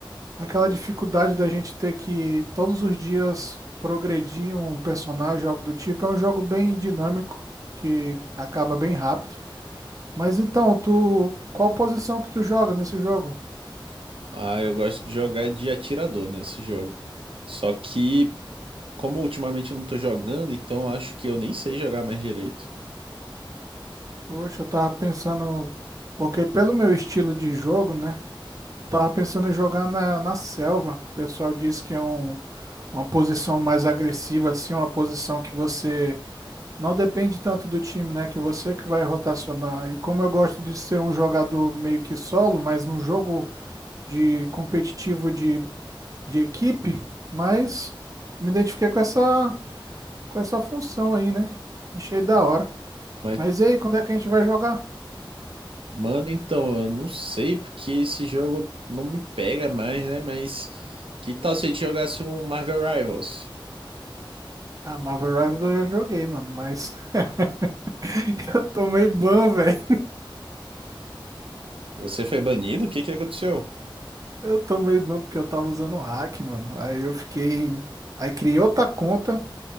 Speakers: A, on the right (about 40°); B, on the right (about 90°).
A: Aquela dificuldade da gente ter que todos os dias progredir um personagem, algo do tipo, é um jogo bem dinâmico, que acaba bem rápido. Mas então, tu, qual posição que tu joga nesse jogo?
B: Ah, eu gosto de jogar de atirador nesse jogo. Só que, como ultimamente eu não tô jogando, então acho que eu nem sei jogar mais direito.
A: Poxa, eu tava pensando, porque pelo meu estilo de jogo, né? Eu tava pensando em jogar na, na selva. que O pessoal diz que é um, uma posição mais agressiva, assim, uma posição que você Não depende tanto do time, né? Que você que vai rotacionar. E como eu gosto de ser um jogador meio que solo, mas num jogo de competitivo de, de equipe, mas me identifiquei com essa, com essa função aí, né? Achei da hora.
B: Mas
A: Mas e aí, quando é que a gente vai jogar?
B: Mano, então, eu não sei porque esse jogo não me pega mais, né? Mas que tal se a gente jogasse um Marvel Rivals?
A: Ah, Marvel Rivals eu já joguei, mano, mas <laughs> eu tomei ban, velho.
B: Você foi banido? O que que aconteceu?
A: Eu tomei ban porque eu tava usando o hack, mano. Aí eu fiquei. Aí criei outra conta.